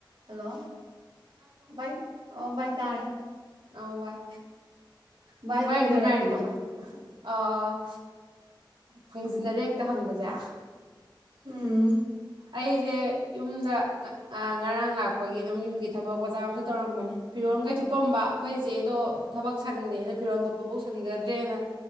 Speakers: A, on the right (about 70°); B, on the right (about 85°).
A: hello ꯚꯥꯏ ꯑꯣ ꯚꯥꯏ ꯇꯥꯔꯦ
B: ꯎꯧ ꯚꯥꯏ
A: ꯚꯥꯏꯕꯨ
B: ꯚꯥꯏ
A: ꯀꯩꯗꯧꯔꯝꯃꯤꯅꯣ
B: ꯅꯨꯡꯉꯥꯏꯔꯤꯕꯣ ꯑꯣ ꯐꯪꯖꯤꯟꯅꯔꯦ ꯍꯦꯛꯇ ꯍꯪꯕꯁꯦ
A: ꯎꯝ
B: ꯑꯩꯁꯦ ꯌꯨꯝꯗ ꯉꯔꯥꯡ ꯂꯥꯛꯄꯒꯤ ꯑꯗꯨꯝ ꯌꯨꯝꯒꯤ ꯊꯕꯛ ꯖꯥ ꯇꯧꯔꯝꯕꯅꯤ ꯐꯤꯔꯣꯜ ꯀꯩꯊꯨꯞꯄꯝꯕ ꯑꯩꯈꯣꯏ ꯆꯦꯗꯣ ꯊꯕꯛ ꯁꯪꯗꯦꯅ ꯐꯤꯔꯣꯜ ꯊꯣꯛꯄꯐꯥꯎ ꯁꯪꯖꯗ꯭ꯔꯦꯅ